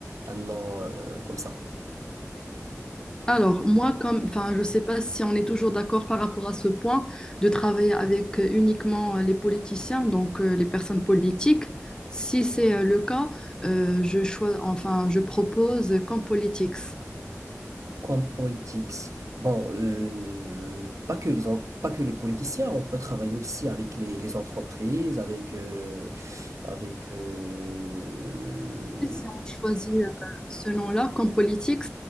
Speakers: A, on the right; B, on the left.
A: un nom euh, comme ça.
B: Alors, moi, comme, enfin, je sais pas si on est toujours d'accord par rapport à ce point de travailler avec euh, uniquement euh, les politiciens, donc euh, les personnes politiques. Si c'est euh, le cas, euh, je choi- enfin, je propose comme politics.
A: Comme politics. Bon, euh, pas que les, en- pas que les politiciens. On peut travailler aussi avec les, les entreprises, avec, euh, avec euh,
B: Si on choisit euh, ce nom-là, comme politics,